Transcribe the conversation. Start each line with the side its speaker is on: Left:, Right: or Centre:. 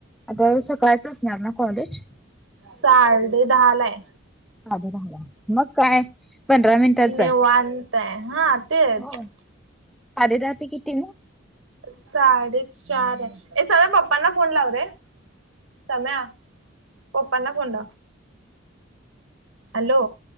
Centre: आतासं काळच असणार ना कॉलेज.
Right: साडे दहा लाय.
Centre: आध मग काय पंधरा मिनिटात
Right: निवांत
Centre: ज
Right: आहे हा तेच
Centre: हो. आधे राात कि ति
Right: साडेचार आहे ए सध पप्पांना फोन लाववरे. समया पपला पड. हॅलो.